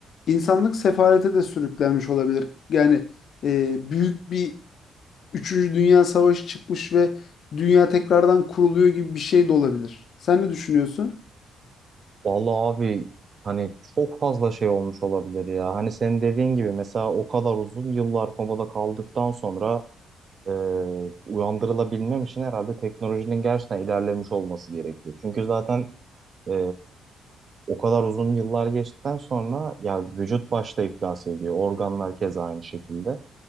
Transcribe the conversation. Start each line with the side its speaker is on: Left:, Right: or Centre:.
Left: İnsanlık sefalete de sürüklenmiş olabilir. Yani e, büyük bir Üçüncü Dünya Savaşı çıkmış ve dünya tekrardan kuruluyor gibi bir şey de olabilir. Sen ne düşünüyorsun?
Right: Vallahi abi hani çok fazla şey olmuş olabilir ya. Hani senin dediğin gibi mesela o kadar uzun yıllar komada kaldıktan sonra e, uyandırılabilmem için herhalde teknolojinin gerçekten ilerlemiş olması gerekiyor. Çünkü zaten e, o kadar uzun yıllar geçtikten sonra ya vücut başta iflas ediyor. Organlar keza aynı şekilde.